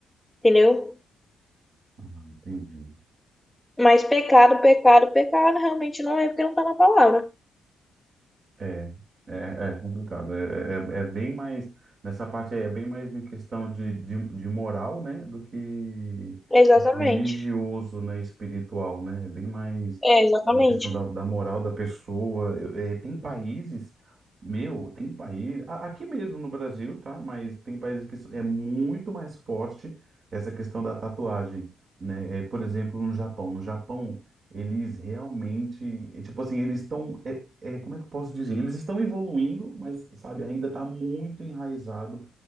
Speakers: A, in the centre; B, on the right.
A: entendeu?
B: Ah, entendi.
A: Mas pecado, pecado, pecado, realmente não é porque não tá na palavra.
B: É, é, é complicado. É, é, é é bem mais. Nessa parte aí é bem mais em questão de, de, de moral, né? Do que
A: Exatamente.
B: religioso, né? Espiritual, né? É bem mais
A: É, exatamente.
B: uma questão da, da moral da pessoa. Eu- é, tem países, meu, tem país. a- Aqui mesmo no Brasil, tá? Mas tem países que isso é muito mais forte essa questão da tatuagem, né? É, por exemplo, no Japão. No Japão. Eles realmente, é, tipo assim, eles estão. é, é, como é que eu posso dizer? Eles estão evoluindo, mas, sabe, ainda está muito enraizado,